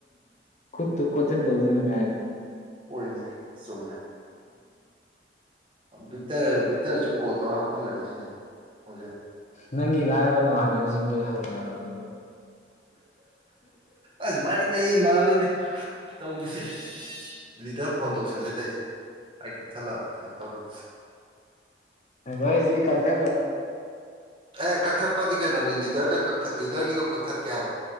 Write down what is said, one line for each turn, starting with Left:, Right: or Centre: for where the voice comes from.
Left: ꯈꯨꯨ ꯈꯗ ꯍꯥꯏ
Right: ꯑꯣꯏꯅꯦ ꯆꯨꯝꯃꯦ ꯚꯛꯇꯔ ꯚꯕꯤꯛꯇꯔꯁꯨ ꯀꯣ ꯇꯧꯔ ꯍꯥꯞꯍꯜꯂꯒꯦ ꯁꯤꯁꯦ ꯍꯧꯖꯤꯛ
Left: ꯅꯪꯒꯤ ꯂꯥꯏꯔꯕ ꯅꯃꯥꯟꯅꯕꯁꯤꯡꯗꯨꯣ ꯍꯧꯅꯔꯣ ꯑꯗꯨꯒ
Right: ꯑꯁ ꯃꯥꯔꯤ ꯂꯩ ꯃꯥꯔ ꯇꯧꯒꯁꯦ ꯂꯤꯗꯔ ꯐꯣꯟ ꯇꯧꯁꯜꯂꯤ ꯇꯩꯁꯦ ꯑꯩ ꯀꯛꯊꯜꯂꯑꯣ ꯀꯩꯅꯣ ꯇꯧꯒ
Left: ꯒꯣꯏ ꯁꯤ ꯀꯜ ꯐ
Right: ꯑꯦ ꯀꯛꯊꯠꯄꯗꯤ ꯀꯩꯅꯣꯅꯤ ꯂꯤꯗꯔꯗ ꯀꯛ ꯂꯤꯗꯔꯒꯤꯗꯣ ꯀꯛꯊꯠꯀꯦ ꯍꯥꯏꯕ